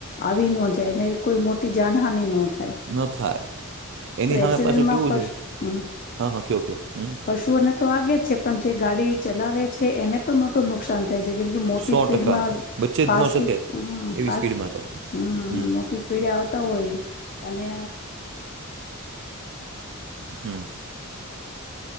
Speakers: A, on the left; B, on the right.
A: આવી ન જાય ન કોઈ મોટી જાનહાની નોં
B: ન થાય, એની સામે
A: એક્સિડન્ટમાં
B: પાછું કેવું
A: પશ
B: છે,
A: હમ
B: હા હ કયો કયો હમ.
A: પશુઓને તો વાગે જ છે પણ જે ગાડી ચલાવે છે એને પણ મોટું નુકસાન થાય છે. કેમ કે મોટી
B: સો
A: સ્પીડમાં,
B: ટકા બચી
A: ફાસ્ટ
B: જ ન શકે એવી
A: ફ્ટ
B: સ્પીડમાં તો હમ
A: મોટી સ્પીડ આવતા હોય, અને
B: હમ.